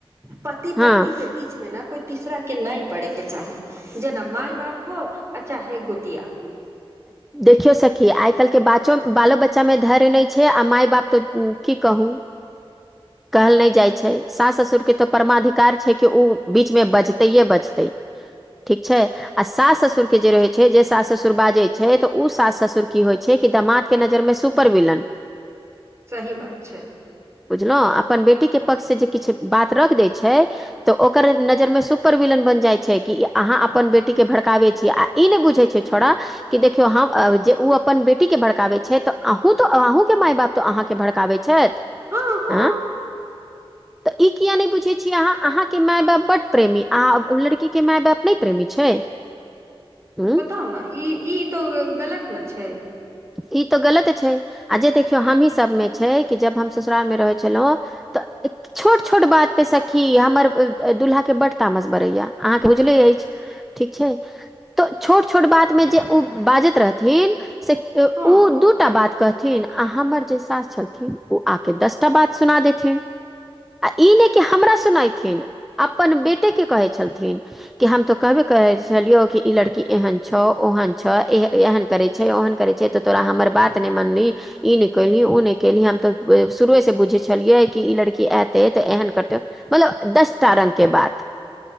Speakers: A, on the right (about 30°); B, in the centre.
A: पति
B: हँ
A: पत्नी केँ बीच मे नऽ कोइ तीसरा केँ नय पड़ै केँ चाही जेना मााय बाप हो आ चाहे गोतिया हो
B: देखियो सखी आइ काइल केँ बाचो बालो बच्चा मे धर्य नय छै आ माय बाप तऽ की कहू कहल नय जाइ छै सास ससुर केँ तऽ परमाधिकार छै कि उ बीचमे बजतैए बजतै ठीक छै आ सास ससुर केँ जे रहै छै जे सास ससुर बाजै छै तऽ उ सास ससुर की होइ छै कि दमाात केँ नजरमे सु पर विलन
A: सही बात छै
B: बुझलहु अपन बेटी केँ पक्ष से जे किछ बात रख दै छै तऽ ओकर नजर मे सुपर विलन बन जाइ छै कि अहाँ अपन बेटी केँ भड़काबै छी आ ई नय बुझै छै छोड़ा कि देखियौ हम जे उ अपन बेटी केँ भड़काबै छै तऽ अहूँ तऽ अहूँ केँ माय बाप तऽ अहाँकेँ भड़काबै छैथ
A: हँ हँ
B: आँ तऽ ई किया नय बुझै छियै अहाँ अहाँकेँ माय बाप बड्ड प्रेमी अहाँ अ लड़की केँ माय बाप नय प्रेमी छै उं
A: बताउ नऽ ई ई तऽ गलत नऽ छै
B: ई तऽ गलत छै आ जे देखियौ
A: तऽ
B: हमही सभमे छै कि जब हम ससुरालमे रहै छलहुँ तऽ एक छोट - छोट बात पे सखी हमर ए अ दुल्हा केँ बड्ड तामस बरहै यऽ अहाँकेँ बुझले अछि ठीक छै तऽ छोट - छोट बातमे जे उ बाजैत रहथिन से किओ
A: हँ
B: दूटा बात कहथिन आ हमर जे सास छलथिन उ आकेँ दस टा बात सुना देथिन आ ई नय कि हमरा सुनथिन अपन बेटे केँ कहै छलथिन की हम तो कहबे करै छलियो इ लड़की एहन छौ ओहन छौ ए एहन करे छै ओहन करै छै तऽ तोरा हमर बात मय मानलही ई नय केलही उ नय केलही हम तऽ ए शुरूएसँ बुझै छलियै कि ई लड़की ऐतै ऐतै तऽ एहेन करतै मतलब दस टा रंग केँ बात